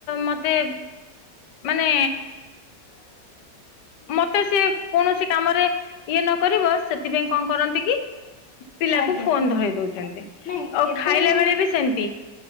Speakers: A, on the left; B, on the left.
A: ମତେ ମାନେ ମତେ ସେ କୌଣସି କାମରେ ଇଏ ନ କରିବ ସେଥିପାଇଁ କଣ କରନ୍ତି କି ପିଲାକୁ
B: ଆଜ୍ଞା।
A: ଫୋନ ଧର ଦଉଛନ୍ତି
B: ନାଇଁ
A: ଆଉ
B: ଏବେ
A: ଖାଇଲା
B: ଗୋ
A: ବେଳେ ବି ସେମତି